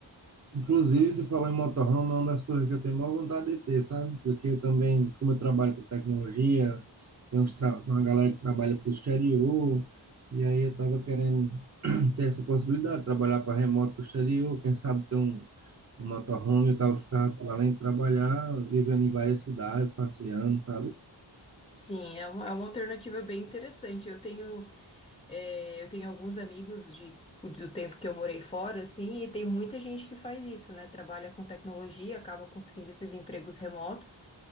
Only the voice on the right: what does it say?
Inclusive, você falou em motorhome, é uma das coisas que eu tenho maior vontade de ter, sabe? Porque eu também, como eu trabalho com tecnologia, tem uns tra- uma galera que trabalha para o exterior, e aí eu estava querendo <clears throat> ter essa possibilidade de trabalhar para remoto para o exterior, quem sabe ter um, um motorhome, eu tava ficar lá dentro trabalhar, vivendo em várias cidades, passeando, sabe?